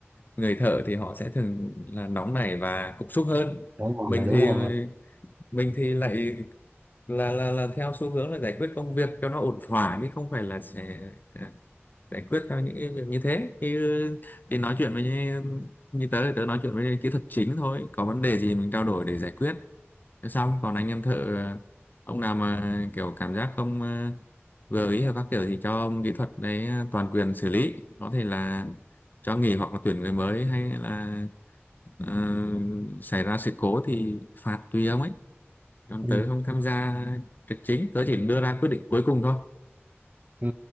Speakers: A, on the left (about 45°); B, on the right (about 35°).
A: người thợ thì họ sẽ thường là nóng nảy và cục súc hơn.
B: đúng
A: Mình
B: rồi đúng
A: thì
B: rồi
A: mình thì lại là là là theo xu hướng là giải quyết công việc cho nó ổn thỏa chứ không phải là sẽ à, giải quyết theo những cái việc như thế thì, ừ, thì nói chuyện với như, như tớ thì tớ nói chuyện với kỹ thuật chính thôi có vấn đề gì mình trao đổi để giải quyết Thế xong còn anh em thợ à, ông nào mà kiểu cảm giác không à, vừa ý hay các kiểu thì cho ông kỹ thuật đấy à, toàn quyền xử lý có thể là cho nghỉ hoặc là tuyển người mới hay là ờ, xảy ra sự cố thì phạt tùy ông ấy còn
B: ừ.
A: tớ không tham gia trực chính tớ chỉ đưa ra quyết định cuối cùng thôi
B: Ừ.